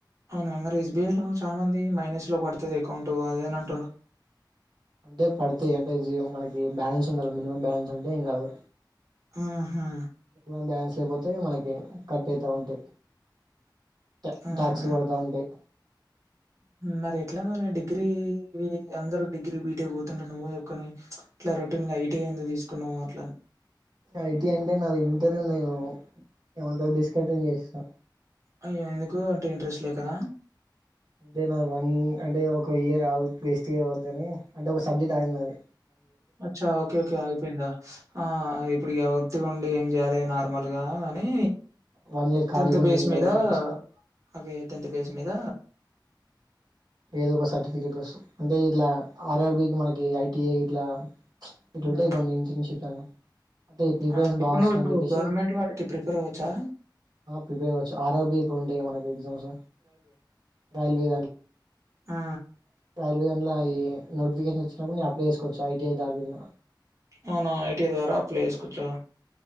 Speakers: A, on the right (about 40°); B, on the right (about 60°).
A: అవున మరి ఎస్బీఐ లో చాలా మంది మైనస్ లో పడతది అకౌంట్ అది అని అంటురు
B: అంటే పడితయ్ అంటే జి మనకి బ్యాలెన్స్ ఉండాలి మినిమం బ్యాలెన్స్ ఉంటే ఏం కాదు
A: ఆహా
B: మినిమమ్ బ్యాలెన్స్ లేకపోతే మనకి కట్ అయితా ఉంటాయి ట
A: అవునా?
B: టాక్సీ పడతా ఉంటది
A: మరి ఎట్లా మరి డిగ్రీ అందరు డిగ్రీ బీటేక్ పోతుంటారు నువ్వు ఒక్కనివి ఇట్లా రొటీన్ గా ఐటీఐ ఎందుకు తీసుకున్నావ్ అట్లా
B: ఐటీ అంటే నాది ఇంటర్ నేను ఏమంటరు డిస్కంటిన్యూ చేసా
A: అయ్యో ఎందుకు అంటే ఇంట్రెస్ట్ లేకన
B: అంటే నాది వన్ అంటే ఒక ఇయర్ వేస్ట్ కావద్దని అంటే ఒక సబ్జెక్ట్ ఆగింది నాది
A: అచ్చా ఓకే ఓకే ఆగిపోయిందా ఆ ఇప్పుడు ఇగ ఒత్తిగా ఉండి ఏం చేయ్యాలి నార్మల్ గా కానీ
B: వన్ ఇయర్ ఖాళీగా
A: టెన్త్
B: ఉండి
A: బేస్
B: ఏం చేయాలని
A: మీద
B: చెప్పేసి
A: అదే టెన్త్ బేస్ మీద
B: ఏదో ఒక సర్టిఫికెట్ కోసం అంటే ఇట్లా ఆర్ఆర్ బి కి మనకి ఐటిఐ ఇట్లా
A: హ్మ్.
B: ఇంటా కొన్ని ఇంచుంచు చాల అంటే ఈ ప్రిపేరెన్స్
A: ఆ! ఇప్పుడు
B: బా వస్తాతన్
A: నువ్వు ఇప్పుడు
B: చెప్పేసి
A: గవర్నమెంట్ వాటికి ప్రిపేర్ అవ్వచ్చా?
B: ప్రిపేర్ అవ్వచ్చు ఆర్ ఆర్బి ప్పుడు ఉంటాయ్ కద మనకి ఎగ్జామ్స్ రైల్వే
A: ఆ
B: రైల్వ గంటల ఈ నోటిఫికేషన్ వచ్చినప్పుడు అప్లై చేసుకోవచ్చు ఐటీఐ దారి కింద
A: అవునా! ఐటీఐ ద్వారా అప్లై చేసుకోవచ్చా?